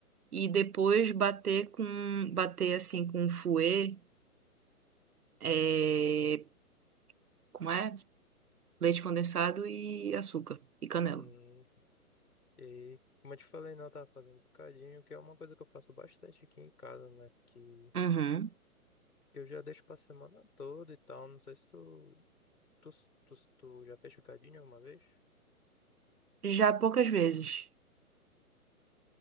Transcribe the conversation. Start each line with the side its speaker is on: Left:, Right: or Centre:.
Right: e depois bater com. Bater assim com fouet, é, como é? Leite condensado e açúcar e canela.
Left: Hum, e como eu te falei, não, eu tava fazendo um bocadinho, que é uma coisa que eu faço bastante aqui em casa, né? Que,
Right: Uhum.
Left: que eu já deixo pra semana toda e tal. Não sei se tu, tu, tu, tu já fez bocadinho alguma vez?
Right: Já poucas vezes.